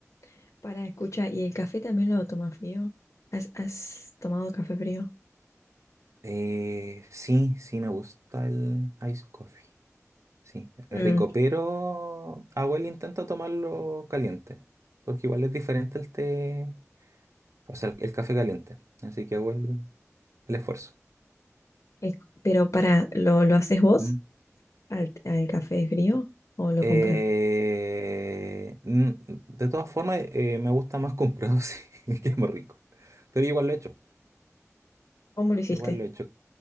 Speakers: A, on the left; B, on the right.
A: <laughs> Para, escucha, ¿y el café también lo tomas frío? ¿Has, has tomado café frío?
B: Eh, sí, sí, me gusta el ice coffee. Sí, es rico,
A: Mm,
B: pero hago el intento de tomarlo caliente. Porque igual es diferente el té, o sea, el, el café caliente. Así que hago el, el esfuerzo.
A: es- pero para, ¿lo, lo haces vos
B: Mm.
A: al, al café frío o lo
B: Eh,
A: compras?
B: mm, de todas formas, eh, me gusta más comprado, <laughs> sí, que más rico. Pero igual lo he hecho.
A: ¿Cómo lo hiciste?
B: Igual lo he hecho.